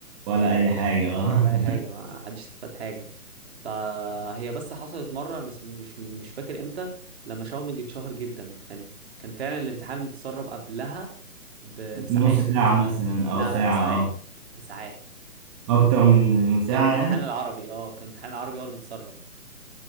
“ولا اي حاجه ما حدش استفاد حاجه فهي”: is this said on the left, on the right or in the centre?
Right